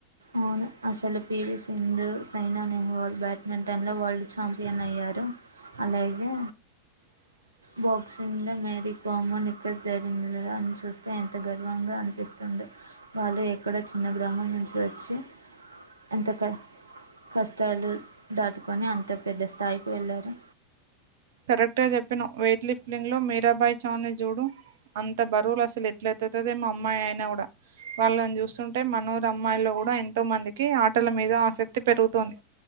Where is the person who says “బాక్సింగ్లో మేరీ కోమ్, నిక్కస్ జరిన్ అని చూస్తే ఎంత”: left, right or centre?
Right